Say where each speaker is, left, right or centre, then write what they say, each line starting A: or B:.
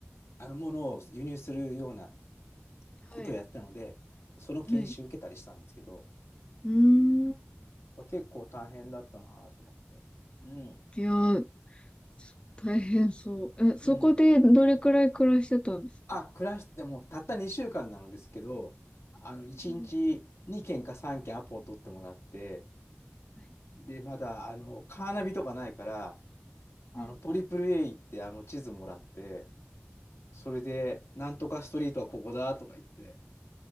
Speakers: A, on the left; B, on the left.
A: あのものを輸入するような
B: はい。
A: ことをやってたので、その研修受けたりしたんですけど、
B: はい。うーん。
A: これ結構大変だったなと思って。うん。
B: いやー、大変そう。え、そこでどれくらい暮らしてたんですか
A: うん。あ、暮らし、てもうたった2週間なのですけど、あの、
B: うん
A: 1日2件か3件アポを取ってもらって、
B: はい。
A: で、まだ、あの、カーナビとかないから、あの、
B: はい。
A: トリプル A 行って、あの、地図もらって、それで、なんとかストリートはここだとか言って、